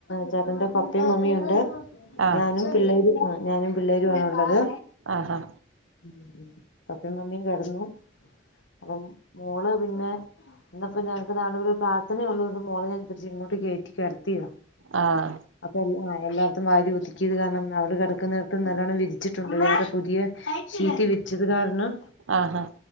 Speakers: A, on the left; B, on the right.
A: ചേട്ടന്റെ പപ്പയും മമ്മിയുണ്ട്
B: ആഹ്
A: ഞാനും പിള്ളേരും ആഹ് ഞാനും പിള്ളേരു ആണുള്ളത്
B: ആഹാ
A: ഉം ഉം പപ്പയും മമ്മിയും കെടന്നു ഉം മോള് പിന്നെ ഇന്നപ്പോ ഞങ്ങക്ക് നാളിവിടൊരു പ്രർത്ഥനയുള്ളോണ്ട് മോളെ ഞാനിങ്ങോട്ട് കയറ്റി കെടത്തിയതാ <unintelligible>
B: ആഹ്
A: അപ്പൊ എല്ല എല്ലാർത്തും വാരി ഒതുക്കിയത് കാരണം അവള് കെ ടക്കുന്ന നല്ലോണ്ണം വിരിച്ചിട്ടുണ്ട്ടെ അമ്മ പുതിയ ഷീറ്റ് വിരിച്ചത് കാരണം
B: ആഹ് ഹ